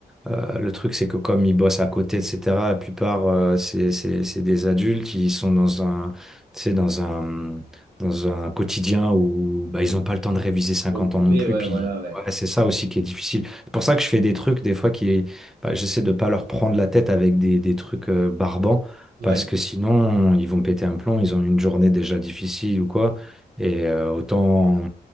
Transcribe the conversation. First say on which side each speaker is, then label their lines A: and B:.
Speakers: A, in the centre; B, on the right.
A: euh, le truc, c'est que comme ils bossent à côté, etc., la plupart, euh, c'est c'est- c'est des adultes qui sont dans un, tu sais, dans un, dans un quotidien où bah, ils n'ont pas le temps de réviser cinquante
B: Occupé,
A: ans non plus.
B: ouais,
A: Puis
B: voilà, ouais.
A: ouais, c'est ça aussi qui est difficile. C'est pour ça que je fais des trucs, des fois, qui, bah, j'essaie de pas leur prendre la tête avec des, des trucs euh, barbants,
B: Ouais.
A: parce que sinon, ils vont péter un plomb, ils ont une journée déjà difficile ou quoi. Et euh, autant